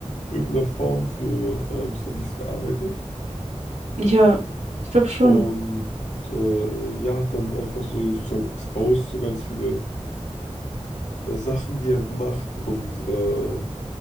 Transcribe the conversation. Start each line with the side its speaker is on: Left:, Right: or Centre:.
Left: irgendeine Form für äh, Mr. Beast gearbeitet.
Right: Ja, ich glaube schon.
Left: Und äh, ja, hat dann einfach so ihn sozusagen exposed, so ganz viele äh, Sachen, die er macht und äh,